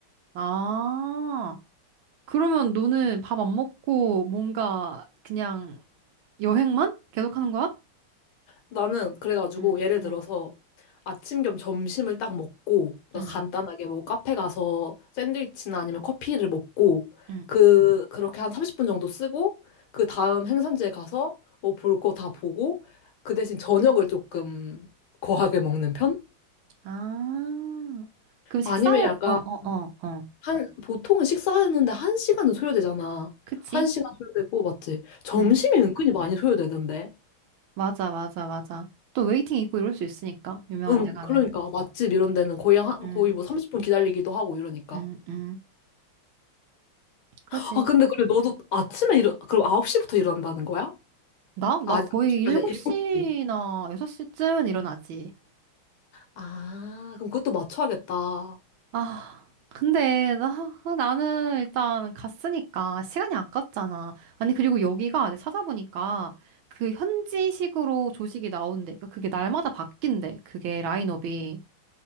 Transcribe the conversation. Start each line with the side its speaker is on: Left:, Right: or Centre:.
Right: 아, 그러면 너는 밥 안 먹고 뭔가 그냥 여행만 계속하는 거야?
Left: 나는 그래가지고
Right: 응,
Left: 예를 들어서
Right: 응,
Left: 아침 겸 점심을 딱 먹고 그러니까
Right: 응,
Left: 간단하게 뭐 카페 가서 샌드위치나 아니면 커피를 먹고
Right: 응.
Left: 그 그렇게 한 30분 정도 쓰고 그 다음 행선지에 가서 뭐 볼 거 다 보고 그 대신 저녁을 조금 거하게 먹는 편?
Right: 아, 그럼 식사를,
Left: 아니면 약간
Right: 어, 어, 어, 어.
Left: 한 보통은 식사하는데 한 시간은 소요되잖아.
Right: 그치?
Left: 한 시간 소요되고 맞지? 점심이
Right: 응,
Left: 은근히 많이 소요되던데.
Right: 맞아, 맞아, 맞아. 또 웨이팅 있고 이럴 수 있으니까, 유명한
Left: 응,
Right: 데 가면.
Left: 그러니까 맛집 이런 데는 거의 한,
Right: 응,
Left: 거의 뭐 30분 기다리기도 하고 이러니까.
Right: 응, 응. 그지?
Left: 아, 근데 그래 너도
Right: 응.
Left: 아침에 일어 그럼 9시부터 일어난다는 거야?
Right: 나?
Left: 아,
Right: 나
Left: 아니,
Right: 거의
Left: 아홉 시가
Right: 7시나
Left: 아니라 7시.
Right: 6시쯤 일어나지.
Left: 아, 그럼 그것도 맞춰야겠다. 어,
Right: 아, 근데 나, 나는 일단 갔으니까 시간이 아깝잖아. 아니, 그리고 여기가 내가 찾아보니까 그 현지식으로 조식이 나온대. 그러니까 그게 날마다 바뀐대. 그게 라인업이.